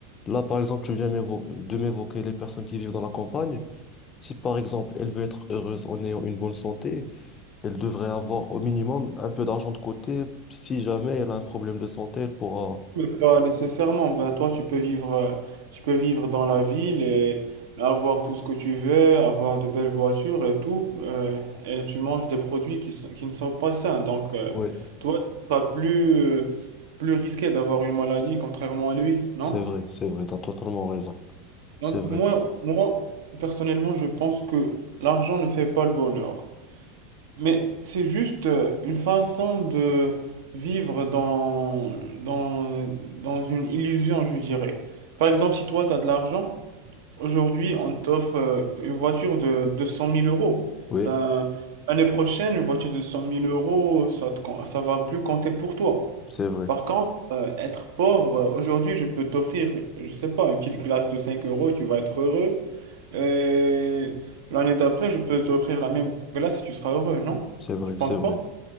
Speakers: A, on the left (about 30°); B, on the right (about 80°).
A: là par exemple, tu viens m'évo- de m'évoquer les personnes qui vivent dans la campagne. Si par exemple elle veut être heureuse en ayant une bonne santé, elle devrait avoir au minimum un peu d'argent de côté. Si jamais elle a un problème de santé, elle pourra.
B: Mais pas nécessairement. Ben, toi, tu peux vivre, euh, tu peux vivre dans la ville et avoir tout ce que tu veux, avoir de belles voitures et tout, euh, et tu manges des produits qui, s- qui ne sont pas sains. Donc, euh,
A: Oui,
B: toi, tu seras plus, euh, plus risqué d'avoir une maladie, contrairement à lui, non?
A: c'est vrai, c'est vrai, t'as totalement raison.
B: Donc
A: C'est vrai,
B: moi, moi, personnellement, je pense que l'argent ne fait pas le bonheur. Mais c'est juste euh, une façon de vivre dans, dans, dans une illusion, je dirais. Par exemple, si toi, tu as de l'argent, Aujourd'hui, on t'offre euh, une voiture de, de cent mille euros.
A: oui,
B: Ben, l'année prochaine, une voiture de cent mille euros, ça te com- ça va plus compter pour toi.
A: c'est vrai,
B: Par contre, euh, être pauvre, euh, aujourd'hui, je peux t'offrir, je sais pas, une petite glace de 5 euros, tu vas être heureux. Et l'année d'après, je peux t'offrir la même glace et tu seras heureux, non?
A: c'est vrai,
B: Tu penses
A: c'est vrai.
B: pas?